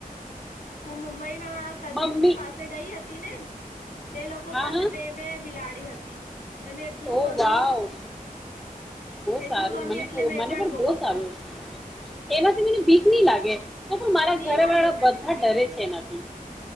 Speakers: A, on the left (about 70°); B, in the centre.
A: હું મુંબઈમાં કઝિન
B: મમ્મી
A: પાસે ગઈ હ તીને તે લોકો
B: હા
A: પાસે
B: હા
A: બે બે બિલા ડી હતી. મને એટલું
B: ઓ
A: ગમ્યું
B: વાવ, બહું
A: એટલું
B: સારું.
A: ગમ્યું
B: મને
A: એટલે
B: પ
A: મેં
B: મને પણ
A: બોલી
B: બહું સારું. એનાથી મને બીક ની લાગે. તો પણ મારા
A: ની
B: ઘર
A: લાગે
B: વાળા
A: મને
B: બધા
A: બીક
B: ડરે છે એનાથી.